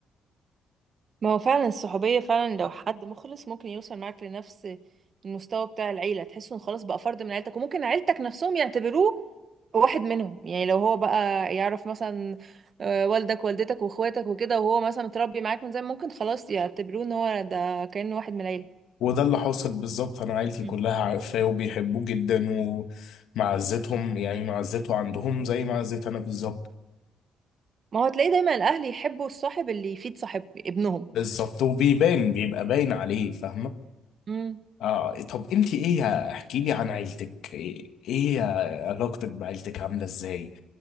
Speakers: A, on the right; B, on the left.
A: ما هو فعلا الصحوبية فعلا لو حد مخلص ممكن يوصل معاك لنفس المستوى بتاع العيلة تحس انه خلاص بقى فرد من عيلتك وممكن عيلتك نفسهم يعتبروه واحد منهم يعني لو هو بقى يعرف مثلا آه، والدك والدتك واخواتك وكده وهو مثلا متربي معاك من زمان ممكن خلاص يعتبروه ان هو ده كأنه واحد من العيلة
B: وده اللي حاصل بالظبط انا عيلتي
A: مم.
B: كلها عارفاه وبيحبوه جدا ومعزتهم يعني معزته عندهم زي معزتي انا بالظبط
A: ما هو تلاقي دايما الاهل يحبوا الصاحب اللي يفيد صاحب ابنهم
B: بالظبط وبيبان بيبقى باين عليه فاهمه
A: مم.
B: آه طب انت ايه احكي لي عن عيلتك ايه إيه علاقتك بعيلتك عامله ازاي